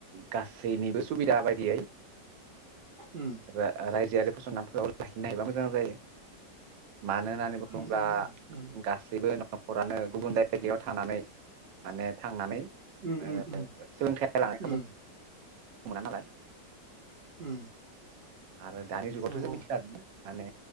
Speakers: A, on the right; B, on the right.
A: गासै निबो सुबिदा बायदियै
B: उम
A: रा रायजोयारि फसंथान फोराव लाखिनो हायोबा मोजां जायो। मानो होननानै बुङोब्ला
B: उम उम उम
A: गासैबो नखरानो गुबुन जाय जायगायाव थानानै माने थांनानै
B: उम
A: ओ
B: उम। उम
A: सोलोंथाइ लानाय खाबु
B: उम।
A: मोना नालाय।
B: उम
A: आरो दानि जुगावथ
B: नंगौ
A: जों मिथिखा गो माने